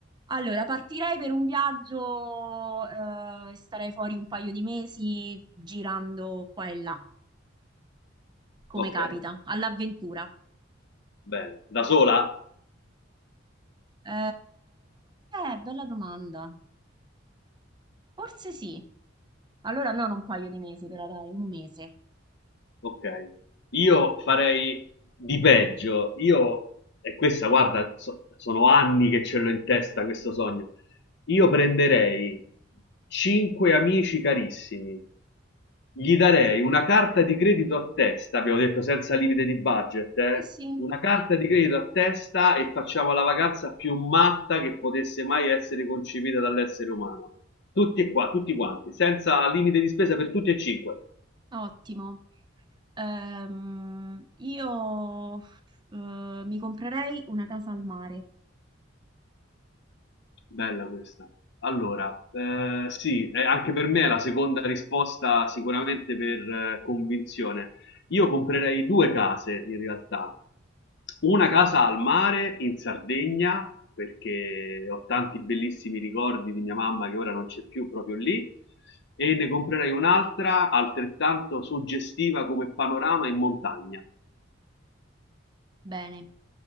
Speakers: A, on the right; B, on the left.
A: Allora, partirei per un viaggio, eh, starei fuori un paio di mesi girando qua e là, come
B: ok,
A: capita, all'avventura.
B: bene. Da sola?
A: Eh, eh, bella domanda. Forse sì. Allora non un paio di mesi, però dai, un mese.
B: Ok, io farei di peggio. Io, e questa, guarda, so- sono anni che ce l'ho in testa questo sogno. Io prenderei cinque amici carissimi, gli darei una carta di credito a testa, abbiamo detto senza limite di budget, eh?
A: Sì, sì,
B: Una carta di credito a testa e facciamo la vacanza più matta che potesse mai essere concepita dall'essere umano. Tutti e qua, tutti quanti, senza limite di spesa per tutti e cinque.
A: ottimo. Ehm, io eh, mi comprerei una casa al mare.
B: Bella questa. Allora, eh, sì, eh, anche per me è la seconda risposta sicuramente per eh, convinzione. Io comprerei due case in realtà. Una casa al mare in Sardegna, perché ho tanti bellissimi ricordi di mia mamma che ora non c'è più proprio lì, e ne comprerei un'altra altrettanto suggestiva come panorama in montagna.
A: Bene.